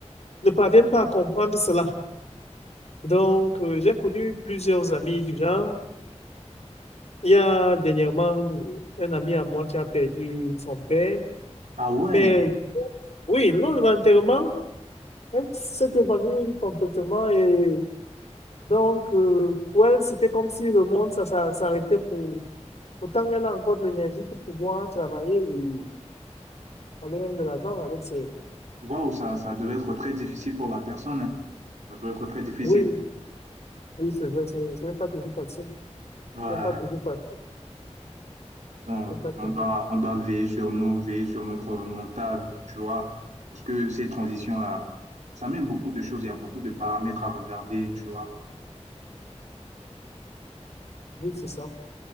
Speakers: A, on the left; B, on the right.
A: ne parviennent pas à comprendre cela. Donc, euh, j'ai connu plusieurs amis du genre. Il y a dernièrement un ami à moi qui a perdu son père,
B: Ah ouais,
A: mais oui, lors de l'enterrement, elle s'est évanouie complètement et donc euh, pour elle, c'était comme si le monde ça, ça, s'arrêtait pour... Pourtant, elle a encore de l'énergie pour pouvoir travailler et aller même de l'avant avec ses...
B: waouh, ça, ça devait être très difficile pour la personne. hein. Ça doit être très difficile.
A: Oui, oui, c'est vrai, c'est c'est pas toujours facile.
B: Ouais.
A: C'est pas toujours facile.
B: On,
A: C'est pas toujours-
B: on doit, on doit veiller sur nous, veiller sur notre mental, tu vois, parce que ces transitions-là, ça mène beaucoup de choses, il y a beaucoup de paramètres à regarder, tu vois.
A: Oui, c'est ça.